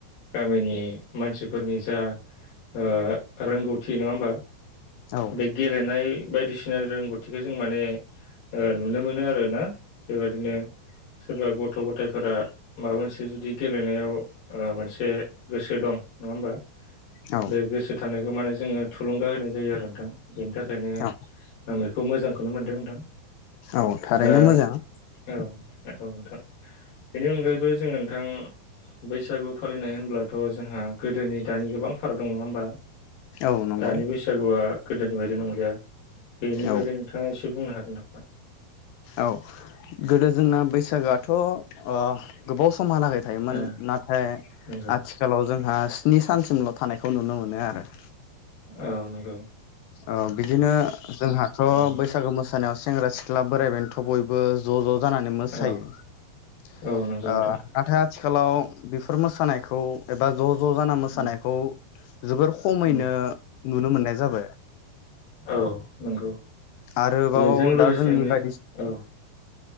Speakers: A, on the left (about 60°); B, on the left (about 85°).
A: गामिनि मानसिफोरनि जा अ रोंगौथि नङा होमबा
B: औ
A: बे गेलेनाय बायदिसिना रोंगौथिखौ जों माने ओ नुनो मोनो आरो ना बेबायदिनो सोरबा गथ' गथ' गथायफोरा माबा मोनसे बि जुदि गेलेनायाव अ मोनसे गोसो दं नङा होमबा
B: औ
A: बे गोसो थानायखौ माने जोङो थुलुंगा होनाय जायो आरो नोंथां बेनि थाखायनो
B: औ
A: आं बेखौ मोजांखौनो मोनदों नोंथां
B: औ थारैनो
A: दा
B: मोजां
A: औ औ नोंथां बेनि अनगायैबो जोङो थां बैसागु फालिनाय होनब्लाथ' जोंहा गोदोनि दानि गोबां फाराग दं नंङा होमबा
B: औ नंगौ
A: दानि बैसागुआ गोदोनि बायदि नंलिया बेनि
B: औ
A: बागै नोंथांङा एसे बुंनो हागो <unintelligible>
B: औ गोदो जोंना बैसागोआथ' अ गोबाव स समहालागै थायोमोन
A: नामा ओ
B: नाथाय
A: नंगौ
B: आथिखालाव जोंहा स्नि सानसिमल' थानायखौ नुनो मोनो आरो
A: औ नों गौ
B: औ बिदिनो जोंहाथ'
A: उम
B: बैसागो मोस सानायाव सेंग्रा सिख्ला बोराय बेनथ' बयबो ज' ज' जानानै मोसायो
A: औ
B: ओ
A: औ नंगौ नोंथां
B: नाथाय आ आथिखालाव बेफोर मोसानायखौ एबा ज' ज' जाना मोसानायखौ
A: उम
B: <inaudible> जोबोर खमैनो
A: उम
B: नुनो मोननाय जाबाय
A: औ नंगौ
B: आरोबाव
A: बेजों लोगोसेनो
B: दा जोंनि बायदि
A: औ